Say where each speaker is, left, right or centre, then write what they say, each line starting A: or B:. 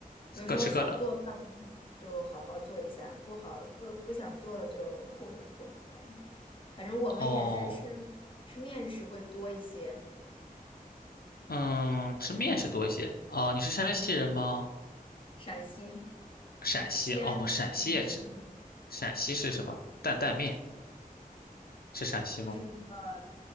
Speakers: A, on the left; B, on the left.
A: 有时候想做饭
B: <laughs> 各吃各的。
A: 就好好做一下，不好不不想做了就糊弄糊弄呗。反正我们也是吃
B: 哦，
A: 吃面食会多一些，
B: 嗯，吃面是多一些。哦，你是山西人吗？
A: 嗯，陕西
B: 陕西，
A: 西安人嗯嗯，
B: 哦，陕西也吃。陕西是什么？担担面是陕西吗？
A: 就是那个